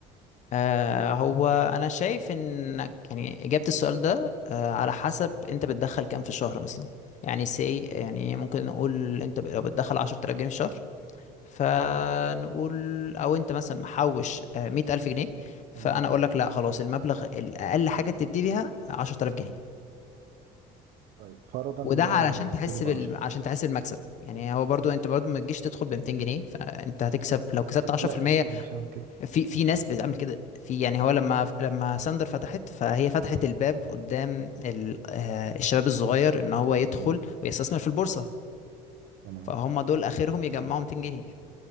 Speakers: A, on the left; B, on the right.
A: آه هو أنا شايف إنك يعني إجابة السؤال ده آه على حسب أنت بتدخل كام في الشهر مثلا يعني سي يعني ممكن نقول أنت ب- لو بتدخل 10000 جنيه في الشهر فنقول او انت مثلا محوش آه، مية الف جنيه فانا
B: تمام
A: اقول لك لا خلاص المبلغ الاقل حاجه تبتدي بيها عشرة آلاف جنيه
B: طيب فرضا ان
A: وده
B: انا
A: علشان تحس
B: ابتدي ب
A: بال...
B: 10
A: عشان تحس المكسب يعني هو برضو انت برضو ما تجيش تدخل ب 200 جنيه فانت هتكسب لو كسبت 10%
B: لا اكيد
A: في
B: مش هعمل كده
A: المية. في في ناس بتعمل كده في يعني هو لما لما ساندر فتحت فهي فتحت الباب قدام ال... آه، الشباب الصغير ان هو يدخل
B: تمام
A: ويستثمر في البورصه
B: تمام
A: فهم دول اخرهم يجمعوا 200 جنيه